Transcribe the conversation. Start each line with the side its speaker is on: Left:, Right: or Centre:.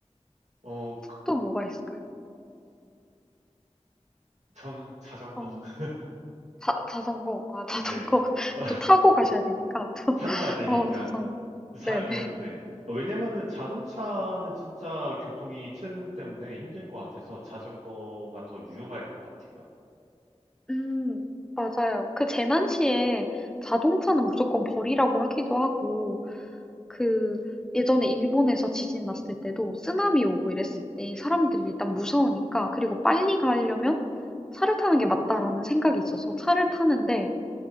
Right: 어, 그-
Centre: 또 뭐가 있을까요?
Right: 전 자전거.
Centre: 음.
Right: <laughs>
Centre: 자 자전거. 아 자전거.
Right: 네.
Centre: <laughs>
Right: <laughs>
Centre: 또 타고 가셔야 되니까 또
Right: 타고
Centre: <laughs>
Right: 와야 되니까.
Centre: 어 자전거.
Right: 사,
Centre: 네네.
Right: 어, 네. 어, 왜냐면은 자동차는 진짜 교통이 체증 때문에 힘들 것 같아서 자전거가 더 유용할 것 같아요.
Centre: 음 맞아요. 그 재난 시에 자동차는 무조건 버리라고 하기도 하고 그 예전에 일본에서 지진 났을 때도 쓰나미 오고 이랬을 때 사람들이 일단 무서우니까 그리고 빨리 가려면 차를 타는 게 맞다라는 생각이 있어서 차를 타는데